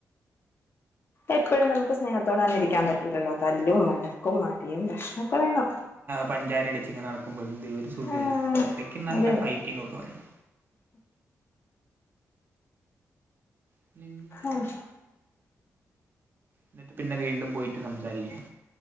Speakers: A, on the left (about 45°); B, on the right (about 40°).
A: എപ്പഴും നമുക്ക് സ്നേഹത്തോടെ തന്നെ ഇരിക്ക്യാൻ പറ്റൂലല്ലോ തല്ലും വഴക്കും അടിയും പ്രശ്‌നൊക്കെ വേണം
B: പഞ്ചാര അടിച്ച്ങ്ങെനെ നടക്കുമ്പം എന്ത്‌ ഒരു സുഖല്ലേ
A: ആഹ്
B: എടക്ക് നല്ല
A: അതന്നെ
B: ഫൈറ്റിംഗാെക്കെ വേണം <unintelligible>
A: ആഹ്
B: ന്നിട്ട് പിന്നെ വീണ്ടും പോയിട്ട് സംസാരിക്ക്യും